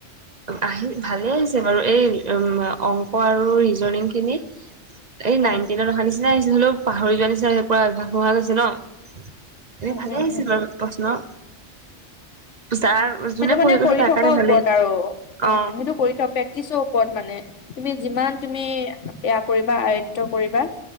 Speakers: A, on the right; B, on the left.
A: আহি ভালে আহিছে বাৰু, এই, উম, অংক আৰু ৰিজনিং খিনি। এই নাইন
B: অ
A: টেনত অহা নিচিনাই আহিছে, হ'লেও পাহৰি যোৱা নিচিনা হৈছে পুৰা অভ্যাস নোহোৱা হৈ গৈছে ন। এ
B: উম
A: ভালে
B: উম
A: আহিছিল
B: উম
A: বাৰু প্ৰশ্ন। যাৰ যোনে
B: সেইটো মানে
A: পঢ়ি গৈছে
B: কৰি
A: তাৰ
B: থকাৰ
A: কাৰণে ভালেই
B: ওপৰত আৰু। উ সেইটো
A: অ
B: কৰি থকা, প্ৰেক্টিচৰ ওপৰত মানে, তুমি যিমান তুমি বেয়া কৰিবা আয়ত্ব কৰিবা